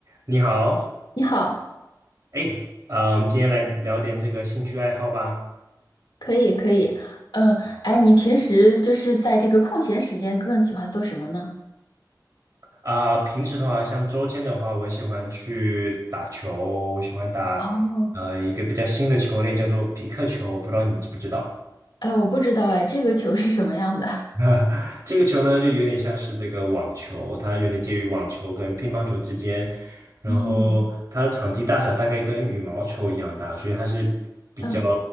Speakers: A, on the right (about 50°); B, on the left (about 80°).
A: 你好，
B: 你好，
A: 哎，啊、我们今天来聊点这个兴趣爱好吧。
B: 可以可以，嗯，哎，你平时就是在这个空闲时间更喜欢做什么呢？
A: 啊、平时的话，像周间的话，我喜欢去打球，我喜欢打呃一个比较新的球类，
B: 哦，
A: 叫做匹克球，不知道你知不知道？
B: 哎，我不知道，哎，这个球是什么样的？
A: <laughs> 这个球呢，就有点像是这个网球，它有点介于网球跟乒乓球之间，然后它的场地大小大概跟羽毛球一样大，
B: <laughs> 嗯
A: 所以它是比较
B: 嗯，